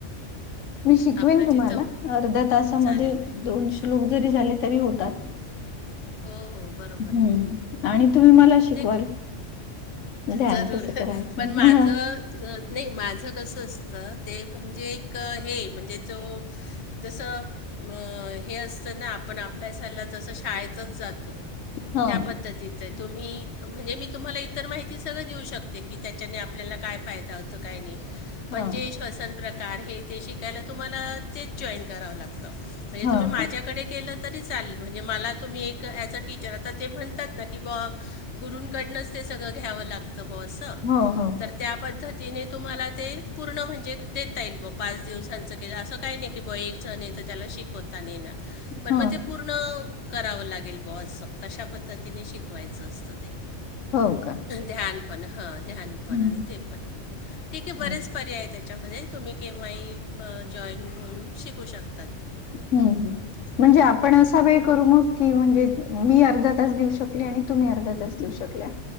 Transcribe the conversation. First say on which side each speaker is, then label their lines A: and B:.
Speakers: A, on the left (about 85°); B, on the left (about 65°).
A: <inaudible> मी शिकवीन
B: आपलं
A: तुम्हाला
B: जिथं
A: अर्ध्या तासामध्ये
B: हां चालेल ताई
A: दोनशे लोक जरी झाले तरी होतात.
B: हो हो. बरोबर
A: हम्म
B: आहे ताई बरोबर
A: आणि तुम्ही
B: आहे
A: मला शिकवाल?
B: ते
A: ध्यान
B: जरूर
A: कसं करायचं.
B: पण माझं
A: हं
B: नाही माझं कसं असतं ते म्हणजे एक हे म्हणजे तो जस अ हे असतं ना आपण अभ्यासाला जसं शाळेतच जातो.
A: हं
B: त्या पद्धतीच तुम्ही म्हणजे मी तुम्हाला इ इतर माहिती सगळ देऊ शकते की त्याच्याने आपल्याला काय फायदा होतो काय नाही <inaudible> पण
A: हं
B: <unintelligible> श्वसन प्रकार हे ते शिकायला तुम्हाला तेच जॉईन करावं लागतं म्हणजे
A: हं
B: तुम्ही माझ्याकडे केलं तरी चालेलं म्हणजे मला तुम्ही एक ॲज अ टीचर आता ते म्हणतात ना की <unintelligible> गुरूंकडनच ते सगळ घ्याव लागत <unintelligible> असं.
A: हो हो
B: त्या पद्धतीने तुम्हाला ते पूर्ण म्हणजे देता येईल ब पाच दिवसांचं. असं काही नाही की ब एक जण आहे तर त्याला शिकवता नाही येणार. पण
A: हं
B: मग पूर्ण करावं लागेल बॉस अशा पद्धतीने शिकवायचं असतं ते.
A: हो का
B: ध्यान पण ह ध्यान पण
A: हम्म
B: आणि ते पण ठीक आहे बरेच
A: अच्छा
B: पर्याय आहेत त्या त्याच्यामध्ये तुम्ही केव्हा ही जॉईन होऊन शिकू शकता.
A: हम्म हं म्हणजे आपण असा वे
B: असं
A: करू मग की म्हणजे मी अर्धा तास देऊ शकली आणि तुम्ही अर्धा तास देऊ शकल्या.